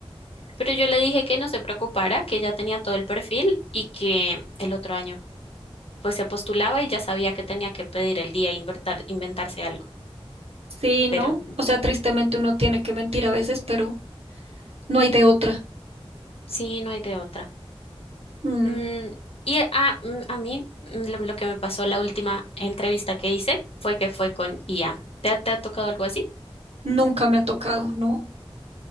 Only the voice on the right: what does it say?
Sí,
¿no?
O sea, tristemente uno tiene que mentir a veces, pero no hay de otra.
Mm,
nunca me ha tocado, no.